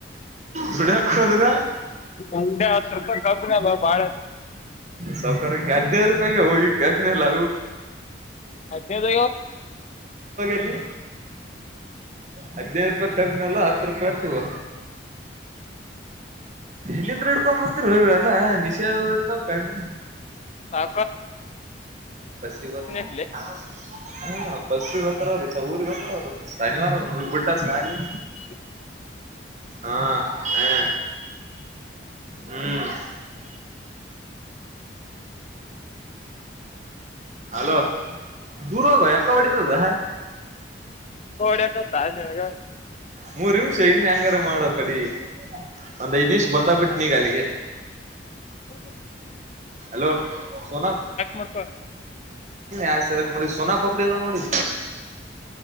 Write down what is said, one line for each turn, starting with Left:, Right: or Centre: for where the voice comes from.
Right: ದುಡಿಯಕ್ ಹೋದ್ರ
Left: ಅಂಡೆ ಹ ಸರ್ಕಾರ ಕಬು ಬಳ
Right: ಸಾವಕಕ್ಕೆ ಹದಿನೈ ರೂಪಾಯಿಗೆ ಹೋಗ ಕ್ಮೆಲ್ಲ
Left: ಅದದ
Right: ಇಲ್ಲಿ ಹದ್ಿನೈದು ರೂಪಾಯಿ ಕಬ್ಬಿನಲ್ಲ ಹತ್ತು ರೂಪಾಯಿ ಹತ್ತವ ಇಲ್ಲಿತ್ ಹಿಡ್ಕೊ್ ಬರ್ತಿರ ಇವಲ್ಲಾ ನಿಷೇಧ ಇರ್ದಾವ್ ಕಣ್ರಿ
Left: ಹಾ
Right: ಬಸ
Left: ಅಲ್ಲಿ
Right: ಹ ಬಸ್ಸಿ ಹತ್ತೀ ಊರಿ ಗೊತ್ತ ೌದು ಶನಿವಾರ ಮುಗ ಬಿುಟ್ಟಖಾಲಿ
Left: ಹ್ಮ್
Right: ಹಾ ಹ ಹ್ಮ್ ಅಲೋ ದೂರ್ವೋಗುವ ಯಕ್ಕ ಹೊಡಿತದ
Left: ಡಕತ್ತಾಗೆ
Right: ಮೂರು ನಿಷ ಇನ್ ಹೆಂಗಾರ ಮಾಡೋ ಕಡಿ ಒಂದ್ ಐದ್ ನಿಮಿಷ ಬಂದಾಗಬಿಟ್ಟ ನೀಗ ಅಲ್ಲಿಗೆ
Left: ಹೌ
Right: ಹಲೋ ಸೋನ
Left: ಮಾಡ್ಕೊ
Right: ಆ ಸಕ್ ಮಾಡ ಸೋನಾ ಪಡಿದಾ ನೋಡಿ